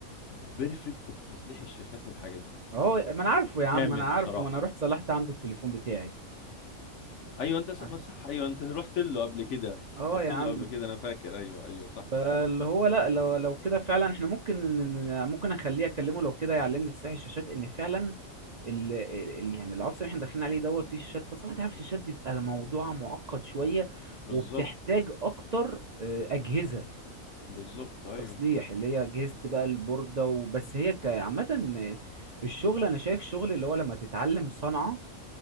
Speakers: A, on the left (about 60°); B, on the right (about 45°).
A: بيرفكت في تصليح الشاشات والحاجات دي
B: اه ما انا عارفه يا عم
A: جامد
B: ما انا عارفه
A: بصراحة
B: ما انا رحت صلحت عنده التليفون بتاعي
A: ايوه انت س-
B: اه
A: ما صح ايوه انت رحت له قبل كده
B: آه
A: رحت
B: يا عم
A: له قبل كده انا فاكر ايوه ايوه صح
B: فاللي
A: فكرت
B: هو
A: لي
B: لا لو لو كده فعلا احنا ممكن ن- ن- ممكن اخليه اكلمه لو كده يعلمني تصحيح الشاشات ان فعلا ال ال يعني العصر اللي احنا داخلين عليه دوت فيه شاشات بس هو انت عارف الشاشات بيبقى موضوع معقد شويه
A: بالظبط
B: وبتحتاج اكتر آه، اجهزه
A: بالظبط ايوه
B: تصليح اللي هي اجهزه بقى البورده وبس هي ك- عامه الشغل انا شايف شغل اللي هو لما تتعلم صنعه